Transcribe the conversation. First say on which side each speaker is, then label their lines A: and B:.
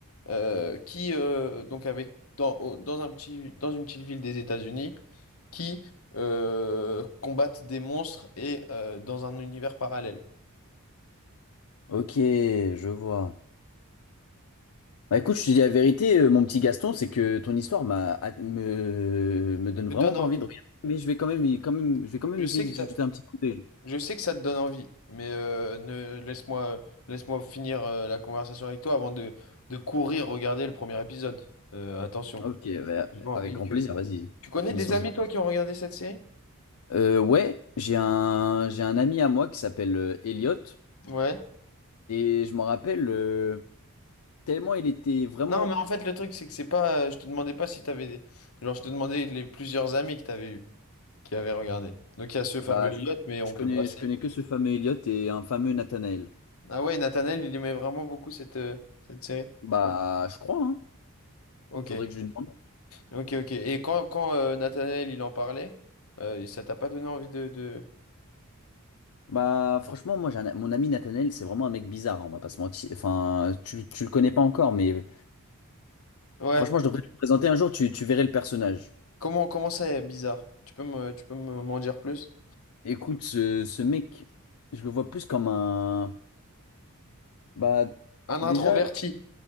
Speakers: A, on the left (about 70°); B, on the left (about 85°).
A: euh, qui, euh, donc, avec, dans, au- dans un petit, dans une petite ville des États-Unis, qui euh, combattent des monstres et euh, dans un univers parallèle.
B: Ok, je vois. Bah écoute, je te dis la vérité, euh, mon petit Gaston, c'est que ton histoire m'a, a- me, me donne
A: Ça
B: vraiment
A: te donne envie.
B: pas envie de regarder, mais je vais quand même, y- quand même, je vais quand même
A: Je
B: essayer
A: sais
B: d'y
A: que ça,
B: jeter un petit coup d'œil.
A: je sais que ça te donne envie, mais euh, ne, laisse-moi, laisse-moi finir euh, la conversation avec toi avant de, de courir regarder le premier épisode. Euh, attention.
B: Ok, bah,
A: J'ai pas envie
B: avec grand
A: que...
B: plaisir, vas-y,
A: Tu connais
B: finissons
A: des amis,
B: cette conversation.
A: toi, qui ont regardé cette série?
B: Euh, ouais, j'ai un, j'ai un ami à moi qui s'appelle euh, Elliot,
A: Ouais.
B: et je m'en rappelle euh, tellement il était vraiment
A: Non, mais en fait, le truc, c'est que c'est pas. euh, Je te demandais pas si t'avais des. Genre, je te demandais les plusieurs amis que t'avais eu, qui avaient regardé. Donc, il y a ce fameux
B: Bah,
A: Elliot,
B: je,
A: mais on
B: je connais,
A: peut passer.
B: je connais que ce fameux Elliot et un fameux Nathanael.
A: Ah ouais, Nathanaël, il aimait vraiment beaucoup cette, euh, cette série.
B: Bah, je crois, hein.
A: Ok,
B: Faudrait que je lui demande.
A: ok, ok. Et quand, quand euh, Nathanaël, il en parlait, euh, ça t'a pas donné envie de, de...
B: Bah, franchement, moi, j'ai un- mon ami Nathanael, c'est vraiment un mec bizarre, hein, on va pas se mentir. Enfin, tu, tu le connais pas encore, mais
A: Ouais.
B: franchement, je devrais te le présenter un jour, tu, tu verrais le personnage.
A: Comment, comment ça est bizarre? Tu peux me, tu peux me- m'en dire plus?
B: Écoute, ce, ce mec, je le vois plus comme un. Bah,
A: Un
B: déjà,
A: introverti.